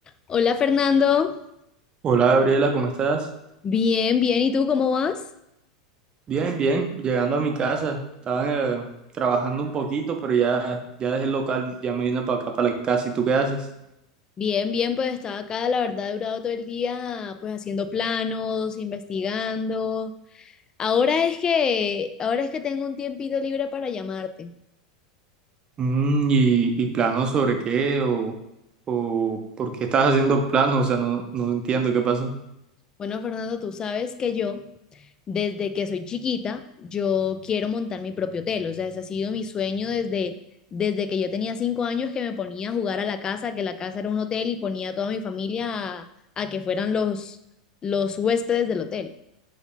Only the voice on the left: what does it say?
Hola Fernando,
bien, bien, ¿y tú cómo vas?
Bien, bien, pues estaba acá, la verdad he durado todo el día pues haciendo planos, investigando. Ahora es que, ahora es que tengo un tiempito libre para llamarte.
Bueno, Fernando, tú sabes que yo, desde que soy chiquita, yo quiero montar mi propio hotel. O sea, ese ha sido mi sueño desde, desde que yo tenía cinco años que me ponía a jugar a la casa, que la casa era un hotel y ponía a toda mi familia a, a que fueran los, los huéspedes del hotel.